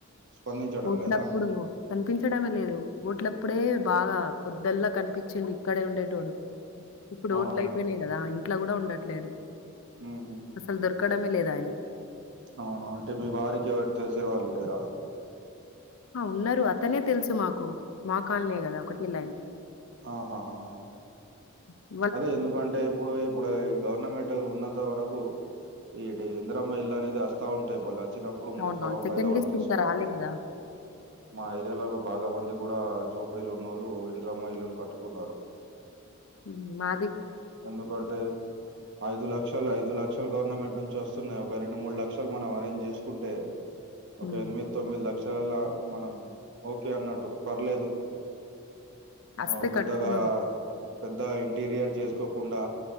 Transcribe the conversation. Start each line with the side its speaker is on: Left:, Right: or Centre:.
Right: స్పందించడం
Left: ఓట్లప్పుడు
Right: లేదా
Left: కనిపించడమే లేదు ఓట్ల అప్పుడే బాగా పొదాల కనిపిచిండు ఇక్కడే ఉండేటోడు ఇప్పుడు
Right: అవునా
Left: ఓట్ల
Right: మేడం
Left: అయిపోయినాయి కదా ఇంట్లో కూడా ఉండట్లేదు
Right: ఊహూ
Left: అసలు దొరకడమే లేదు అయనే
Right: అవును అంటే మీ వారికి ఎవరూ తెలిసిన వాళ్ళు లేరా
Left: ఆ ఉన్నారు అతనే తెలుసు మాకు మా కాలనీయే కదా ఒకటే లైన్
Right: ఆ హా హా
Left: ఊ
Right: అదే ఎందుకంటే ఇప్పుడు ఇప్పుడై గవర్నమెంట్ ఉన్నంత వరకూ ఈడ ఇందిరమ్మ ఇళ్ల అనేది అస్తా ఉంటాయి వాళ్ళ చిన్నప్పుడు మోఫావా
Left: అవునవును. సెకండ్
Right: ఫయిదా వాటి
Left: లిస్ట్
Right: తీసుకోవాలి
Left: ఇంకా రాలే కదా!
Right: మా ఏరియాలోగా బాగా బంది కూడా జోపిడిల్లు ఉన్నోళ్ళు ఇంద్రమ్మ ఇల్లులు కట్టుకున్నారు
Left: ఉమ్ మా
Right: ఎందుకంటే ఐదు లక్షల ఐదు ల క్షలు గవర్నమెంట్ నుంచి వస్తున్నాయి ఒక రెండు మూడు లక్షలు మనం అరేంజ్ చేసుకుంటే
Left: హ్మ్.
Right: ఒక ఎనిమి తొమ్మిది లక్షలల్లా మనం ఓకే అన్నట్టు పర్లేదు
Left: అస్తే
Right: ఆ పెద్దగా
Left: కట్టుకునుడే.
Right: ద ఇంటీరియర్ చేసుకోకుండా